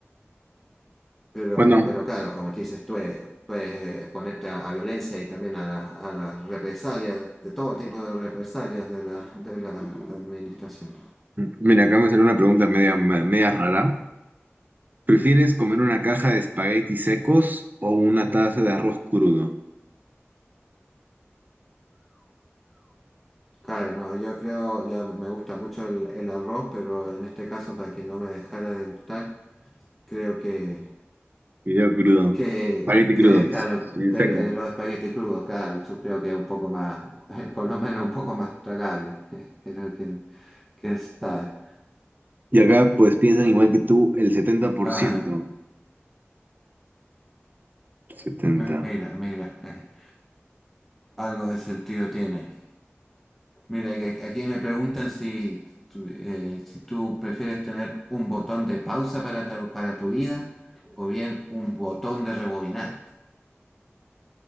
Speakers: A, in the centre; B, on the right.
A: Pero,
B: Bueno,
A: pero claro, como te dices, tú eh, puedes eh, exponerte a, a violencia y también a las, a las represalias, de todo tipo de represalias de la, de la administración.
B: mira, acá me salió una pregunta media, media rara. ¿Prefieres comer una caja de espaguetis secos o una taza de arroz crudo?
A: Claro, no, yo creo, ya me gusta mucho el, el arroz, pero en este caso, para que no me dejara de gustar, creo que,
B: Video crudo.
A: que,
B: Espagueti
A: que
B: crudo.
A: claro,
B: Bien
A: que
B: seco.
A: el- el- los espaguetis crudos, claro, eso creo que es un poco más, <laughs> por lo menos un poco más tragable. <laughs> Creo que, quién sabe.
B: Y acá pues piensan igual que tú, el 70%.
A: Ah,
B: 70.
A: mira, mira. <laughs> Algo de sentido tiene. Mira, aquí aquí me preguntan si, tú- eh, si tú prefieres tener un botón de pausa para tu, para tu vida o bien un botón de rebobinar.